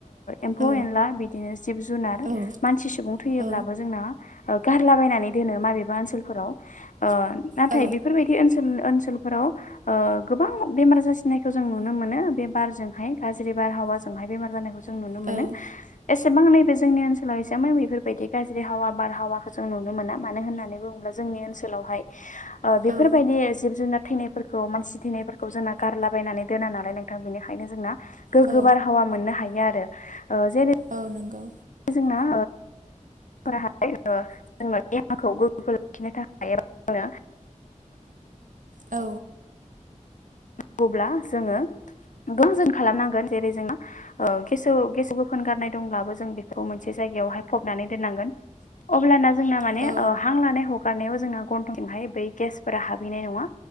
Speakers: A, on the left; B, on the right.
A: एम्फौ
B: औ
A: एनला बिदिनो जिब जुनार
B: औ
A: मानसि सुबुं थैयोब्लाबो
B: औ
A: जोंना गारलाबायनानै दोनो माबेबा ओनसोलाफोराव ओ नाथाय
B: औ
A: बे ओनसोल ओनसोलफोराव गोबां बेमार जासिनायखौ जों नुनो मोनो बे बारजोंहाय गाज्रि बारहावाजोंहाय बेमार जानायखौ ज जों नुनो
B: औ
A: मोनो ए एसेबां नैबे जोंनि ओनसोलाव एसेबां बेफोरबायदि गाज्रि हावा बारहावाखौ जों नुनो मोना मानो होननानै बुङोब्ला जोंनि ओ ओनसोलावहाय बेफोरबायदि
B: औ
A: जिब जार थैनायफोरखौ मानसि थैनायफोरखौ जोंना गारलाबायनानै दोना नालाय नोंथां बेनिखायनो जोंना गोगो
B: औ
A: बार हावा मोननो हायो आरो जेने
B: औ नोंगौ
A: जोंना <unintelligible> जोंना देहाखौ गोगो लाखिनो थाखाय एबा
B: औ
A: नांगौब्ला जोङो <unintelligible> जों खालामनांगोन जेरै जों <unintelligible> गोफोन गारनाय दंब्लाबो जों मोनसे जायायावहाय फबनानै दोननांगोन अब्लाना जोंना माने
B: औ
A: हां लानाय ह हगारनायाव जोंहा गनथंजोंहाय जोंहा बै गेसफोरा हाबहैनाय नङा